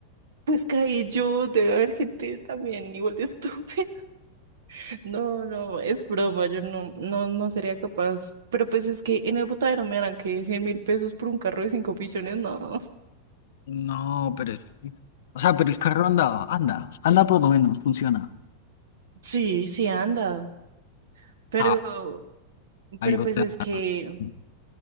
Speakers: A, on the right; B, on the left.
A: Pues caí yo de ver gente también igual de estúpida. <laughs> No, no, es broma, yo no, no, no sería capaz. Pero pues es que en el botadero me harán que cien mil pesos por un carro de cinco pichones, no.
B: No, pero es... O sea, pero el carro andaba, anda, anda por lo menos, funciona.
A: Sí, sí anda. Pero,
B: Ah, algo
A: pero pues
B: te...
A: es que
B: <sniffs>